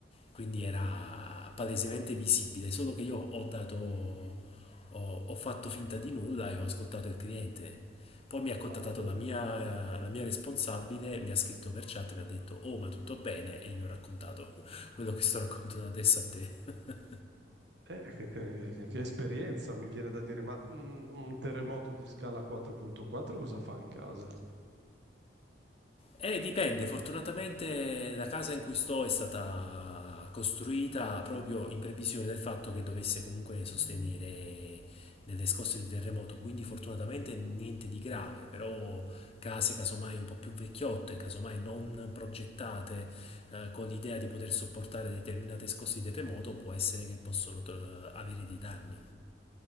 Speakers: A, on the left (about 35°); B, on the right (about 70°).
A: Quindi era palesemente visibile, solo che io ho dato, ho, ho fatto finta di nulla e ho ascoltato il cliente. Poi mi ha contattato
B: ma
A: la mia, la mia responsabile, mi ha scritto per chat, e mi ha detto: Oh, ma tutto bene? E io ho raccontato quello che sto raccontando adesso a te. <laughs>
B: Eh, che, che- che esperienza mi viene da dire, ma mm, un terremoto di scala 4.4 cosa fa in casa?
A: Eh, dipende, fortunatamente la casa in cui sto è stata costruita proprio in previsione del fatto che dovesse comunque sostenere delle scosse di terremoto, quindi fortunatamente niente di grave, però case casomai un po' più vecchiotte, casomai non progettate eh, con l'idea di poter sopportare determinate scosse di terremoto, può essere che possono eh, avere dei danni.